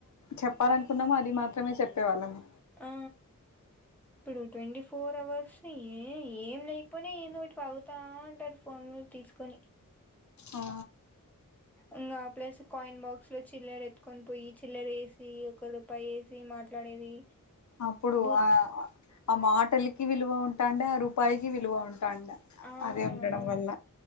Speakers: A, on the left (about 60°); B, in the centre.
A: చెప్పాలనుకున్నాము అది మాత్రమే చెప్పేవాళ్ళము
B: ఆ ఇప్పుడు ట్వంటీ ఫోర్ అవర్స్ ఏ ఏం లేకపోనా ఏదిో ఒకటి వాగుతా అంటారు ఫోన్ లో తీసుకొని
A: ఆ
B: ఇంకా ప్లస్ కాయిన్ బాక్స్ లో చిల్లర ఎత్తుకొని పోయి చిల్లర వేసి ఒక రూపాయి వేసి మాట్లాడేది
A: అప్పుడు
B: బూత్
A: ఆ ఆ మాటలకి విలువ ఉంటు టాండ రూపాయకి విలువ ఉడి
B: ఆ
A: అది ఉండడం
B: అవును
A: వల్ల